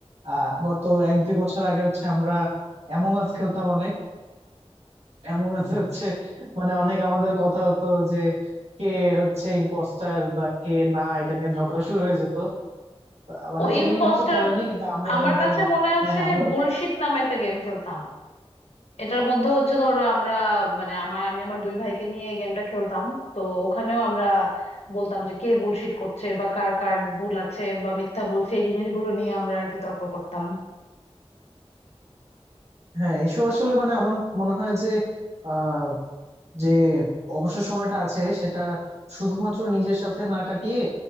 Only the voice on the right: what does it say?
আহ গত এক দুই বছর আগে হচ্ছে আমরা অ্যামং আস খেলতাম অনেক অ্যামং আস হচ্ছে মানে অনেক আমাদের কথা হতো যে কে হচ্ছে ইম্পোস্টার বা কে না এটা নিয়ে ঝগড়া শুরু হয়ে যেত তা- মানে
তুমি
হয়তো খেলোনি কিন্তু আমরা
বন্ধুরা
হ্যাঁ হ্যাঁ, আমরা
হ্যাঁ এসব আসলে মানে আমার মনে হয় যে আহ যে অবসর সময়টা আছে সেটা শুধুমাত্র নিজের সাথে না কাটিয়ে